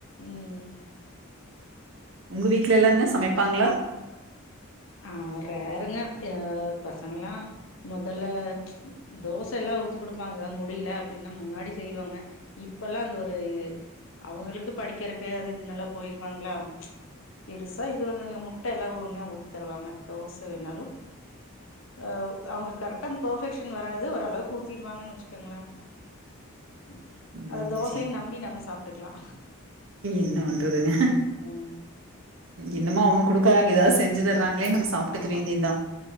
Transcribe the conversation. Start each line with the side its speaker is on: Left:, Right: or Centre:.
Left: ம்
Right: உங்க வீட்ல எல்லாங்க சமைப்பாங்களா
Left: ஆஹ் ரேருங்க அஹ் பசங்கெல்லா மொதல்ல தோச எல்லா ஊத்தி குடுப்பாங்க எதாது முடியில அப்டின்னா முன்னாடி செய்வாங்க இப்பல்லா அந்த ஒரு அவுங்களுக்கு படிக்கறக்கு அது இதுன்னல்லா போயிருவாங்களா பெருசா இது பண்ணாதுங்க முட்ட எல்லா ஒன்னா ஊத் தருவாங்க தோச வேணாலு அஹ் அவுங்களுக் கரெக்ட்டா அந்த பர்ஃபெக்ஷன் வராது ஓரளவுக் ஊத்திருவாங்கன்னு வச்சுக்கங்ளே ம்
Right: ம்
Left: அது தோசைன்
Right: சேரி
Left: நம்பி நம்ம சாப் ட்டுக்கலா
Right: என்ன பண்றதுங்க
Left: ம்
Right: என்னமோ அவங்க குடு த்தா இதாது செஞ்சு தர்றாங் களேன் நம்ம சாப்ட்டுக்க
Left: ஆமா
Right: வேண்டியதா